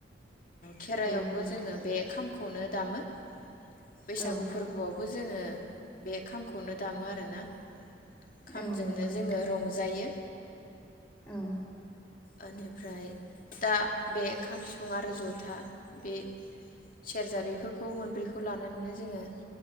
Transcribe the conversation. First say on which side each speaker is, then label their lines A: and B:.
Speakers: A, on the left; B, on the left.
A: खेराइआवबो
B: दे बुं नोंथां
A: जोंङो बे खाम खौनो दामो बैसागु
B: औ
A: फोरबोआव बो जोंङो बे खामखौनो दामो आरोना खामजोंनो
B: औ नंगौ
A: जोंङो
B: नोंथां
A: रंजायो
B: औ
A: ओनिफ्राय दा बे खाम सिफुं आरो जथा बे सेरजा बेफोरखौ मोनब्रैखौ लानानैनो जोङो